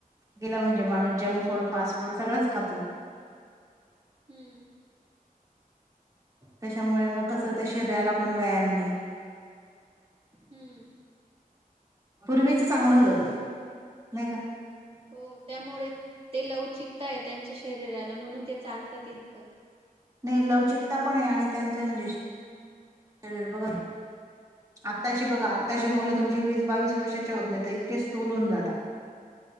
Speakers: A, on the right; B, on the right.
A: गेलं म्हणजे माणूस जंक
B: हम्म
A: फूड, फास्ट फूड, सगळंच खातो.
B: हम्म.
A: त्याच्यामुळे मग कसं, त्या शरीराला पण व्यायाम नाही.
B: हम्म!
A: पूर्वीच चांगलं होत पण, नाही का?
B: हो त्यामुळे ते लव चिकताय त्यांच्या शरीराला म्हणून ते चालतात इतकं.
A: नाही लवचिकता पण ए आणि त्यांचं म्हणजे <unintelligible> शरीर बघहे. आत्ताची बघा, आत्ताची
B: हम्म
A: मुलं तुमचे वीस बावीस वर्षाचे होत नाही त इतके स्थुलू हुन जाता.